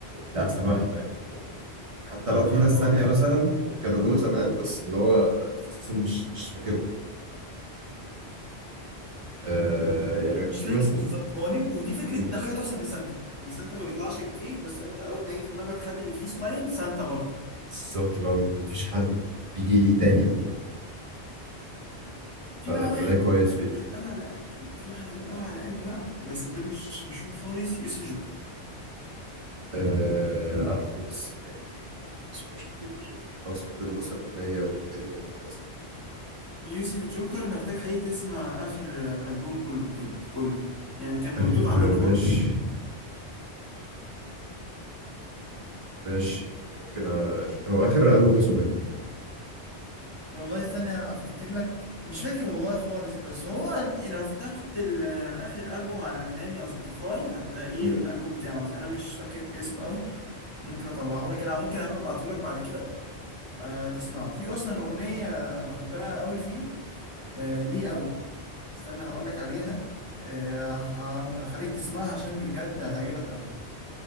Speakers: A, on the right; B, on the left.
A: ده احسن
B: مم.
A: واحد فاهم حتى لو
B: طب
A: في
B: ما انا
A: ناس
B: بقول
A: تانية
B: لك
A: مثلا
B: هو جامد
A: كانوا جم زمان بس اللي هو تخصصهم مش مش فاكره آه
B: ده
A: يعني
B: ما انا مش
A: في
B: فاكر
A: مثلا
B: بالظبط ما هو دي ودي فكره
A: مم،
B: ده حاجه تحسب لسانتا ان سانتا ما بيطلعش كتير بس انت اول ما يجي في دماغك حد بيفري ستايل سانتا برضه
A: بالظبط اللي هو مفيش حد بيجي تاني حتى.
B: في
A: ف... فده
B: بقى واحد
A: كويس
B: ح-
A: فيه
B: حبيب قوي على قلبي في واحد حبيب قوي على قلبي بقى بس ده مش مشهور خالص يوسف جوكر
A: آه عارفه بس يعني بس مش كتير لو سمعت له مثلا أغنية أغنيتين خلاص.
B: يوسف جوكر محتاج حقيقي تسمع اخر آه، البوم كله بجد كله يعني كان مولوتوف
A: آخر
B: عامل له
A: ماشي
B: برضه
A: ماشي ممكن أش... هو آخر ألبوم اسمه إيه؟
B: والله استنى افتكر لك مش فاكر والله خالص بس هو لو فتحت ال- آه، اخر البوم على انغامي او سبوتيفاي هتلاقيه
A: مم.
B: الالبوم بتاعه بس انا مش فاكر اسمه قوي ممكن اطلعه لك انا او ممكن ابعته لك بعد كده أه تسمعه في اصلا اغنيه بحبها قوي فيه أه ليه قوي استنى هقول لك عليها أه هن- هخليك تسمعها عشان بجد هتعجبك قوي